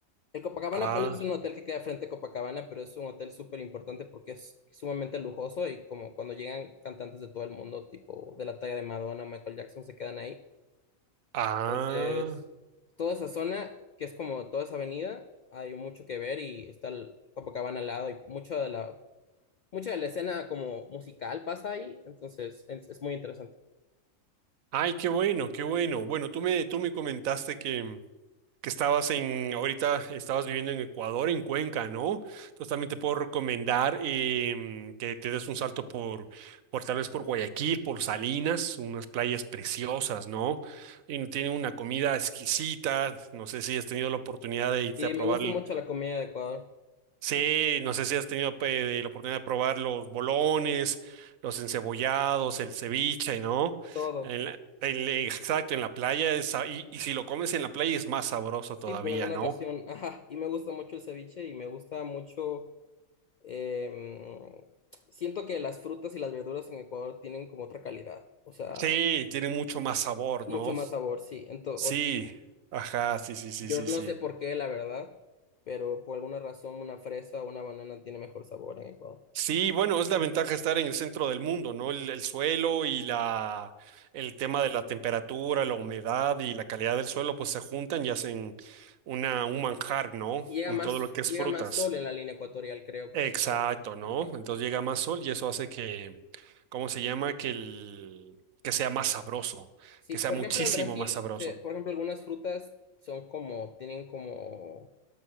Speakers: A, on the left; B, on the right.
A: El Copacabana
B: Ah,
A: Palace es un hotel que queda frente a Copacabana, pero es un hotel súper importante porque es sumamente lujoso y como cuando llegan cantantes de todo el mundo, tipo de la talla de Madonna, Michael Jackson, se quedan ahí.
B: ah.
A: Entonces, toda esa zona, que es como toda esa avenida, hay mucho que ver y está el Copacabana al lado y mucho de la mucha de la escena como musical pasa ahí, entonces es, es muy interesante.
B: Ay, qué bueno, qué bueno. Bueno, tú me, tú me comentaste que que estabas en, ahorita estabas viviendo en Ecuador, en Cuenca, ¿no? Entonces también te puedo recomendar em, que te des un salto por, por tal vez por Guayaquil, por Salinas, unas playas preciosas, ¿no? Y tienen una comida exquisita, no sé si has tenido la oportunidad de irte
A: Y
B: a probar,
A: me gusta
B: el-
A: mucho la comida de Ecuador,
B: sí, no sé si has tenido pe- de la oportunidad de probar los bolones, los encebollados, el ceviche, ¿no?
A: todo.
B: En la- en la- exacto, en la playa es, sa- y, y si lo comes en la playa es más sabroso
A: Sí,
B: todavía,
A: por alguna
B: ¿no?
A: razón. <laughs> Ajá, y me gusta mucho el ceviche y me gusta mucho... em, siento que las frutas y las verduras en Ecuador tienen como otra calidad, o sea,
B: Sí, tiene mucho más sabor,
A: mucho
B: ¿no?
A: más sabor, sí. Entonces,
B: Sí, ajá, sí, sí, sí,
A: yo
B: sí,
A: no
B: sí.
A: sé por qué, la verdad, pero por alguna razón una fresa o una banana tiene mejor sabor en Ecuador.
B: Sí, bueno, es la ventaja de estar en el centro del mundo, ¿no? El, el suelo y la, el tema de la temperatura, la humedad y la calidad del suelo, pues se juntan y hacen una, un manjar, ¿no?
A: Llega
B: En
A: más,
B: todo lo que
A: llega
B: es frutas.
A: más sol en la línea ecuatorial, creo, por
B: Exacto,
A: eso también.
B: ¿no?
A: Ajá.
B: Entonces llega más sol y eso hace que, ¿cómo se llama? Que el, que sea más sabroso,
A: Sí,
B: que sea
A: por
B: muchísimo
A: ejemplo, en Brasil,
B: más sabroso.
A: se- por ejemplo, algunas frutas son como, tienen como,